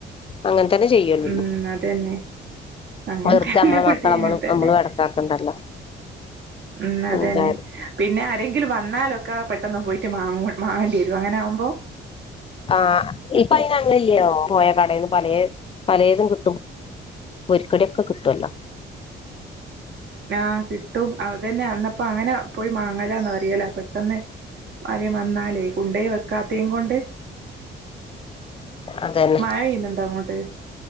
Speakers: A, on the left; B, on the right.
A: അങ്ങനെ തന്നെ ചെയ്യലുള്ളൂ
B: ഉം അതെന്നെ അങ്ങെ
A: വെറുതെ
B: തന്നെ
A: നമ്മളെ
B: ബടിം
A: മക്കളെ നമ്മള്
B: അങ്ങനെ തന്നെ
A: നമ്മള് എടങ്ങേറാക്കണ്ടല്ലോ
B: ഉം അതന്നെ
A: എന്തായാലും
B: പിന്നെ ആരെങ്കിലും വന്ന ലൊക്കെ പെട്ടെന്ന് പോയിട്ട് മാങ്ങ മാങ്ങേണ്ടി വരും അങ്ങനെ ആകുമ്പോ
A: ആ ഇപ്പ പോയ കടേന്ന് പല പലേതും കിട്ടും പൊര്ക്കടിയൊക്കെ കിട്ടെല്ലോ
B: ആ കിട്ടും അതന്നെ അന്നപ്പോ അങ്ങനെ പോയി മാങ്ങലന്ന് അറേല തന്നെ പ്പാരേം വന്നാലേ കുണ്ടയ വെക്കാത്തേം കൊണ്ട്
A: അതന്നെ
B: മഴെയ്യുന്നുണ്ടോ അങ്ങോട്ട്